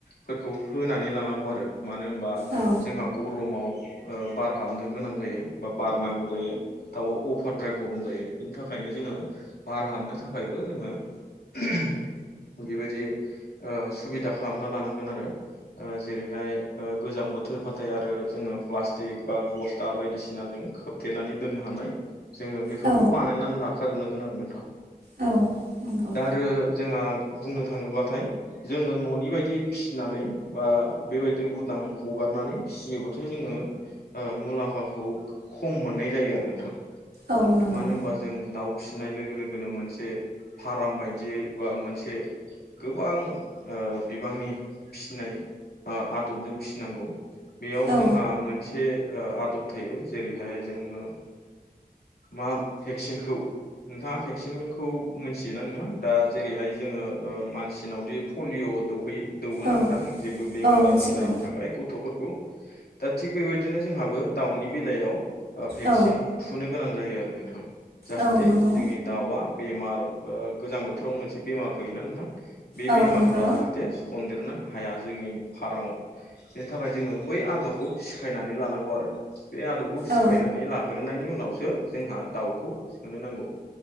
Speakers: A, on the left; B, on the right.
A: फोरखौ होनानै लानांगौ आरो मानो होनोबा
B: औ
A: जोंहा गरमाव बार हाबनो गोनां जायो बा बार नांगौ जायो दाउआ अभारद्राय गरम जायो बिनि थाखायनो जोङो बार हाबनो थाखाय थाखायबो जोङो बेबायदि सुबिदा खालामना लानांगोन आरो जेरैहाय गोजां बोथोर बाथाय आरो जोङो प्लास्टिक बा बस्था बायदिसिना जों खोबथेनानै दोननो हानाय जोङो बेफोरखौ
B: औ
A: बानायनानै लाखाजोबनांगोन आरो नोंथां
B: औ नंगौ
A: दा आरो जोंहा बुंनो थाङोबाथाय जोङो न'नि बेबायदि फिसिनानै बा बेबायदि उदां हगारनानै फिसियोबाथाय जोङो मुलाम्फाखौ खम मोननाय जायो आरो नोंथां
B: औ नंगौ
A: मानो होनोबा जों दाउ फिसि सिनाय लोगो लोगोनो मोनसे फारम बायदियै बा मोनसे गोबां बिबांनि फिसिनाय आदबजों फिसिनांगौ बेयाव
B: औ
A: जोंहा मोनसे ओ आदब थायो जेरैहाय जोङो मा भेक्सिनखौ नोंथाङा भेक्सिनखौ मोनथियोना नोंथां दा जेरैहाय जोङो मानसिनावदि पलिअ' दौहैयो दौवोना
B: औ
A: नोंथां जेबो बेमार
B: औ मिथिगौ
A: आजार जायिनि थाखाय गथ'फोरखौ दा थिग बेबायदिनो जोंहाबो दाउनि बेलायाव भेक्सिन
B: औ
A: थुनो गोनां जायो जायो आरो नोंथां जाहाथे
B: औ नंगौ
A: जोंनि दाउआ बेमार गोजां बोथोराव मोनसे बेमार फैयोना नोंथां बे
B: औ
A: बेमारफोरा
B: नंगौ
A: जाहाथे सन्देर सनो हाया जोंनि फारमाव बेनि थाखाय जोङो बै आदबखौ सिखायनानै लानांगौ आरो बे आदबखौ सिखायनानै
B: औ
A: लाग्रोनायनि उनावसो जोंहा दाउखौ सोनो नांगौ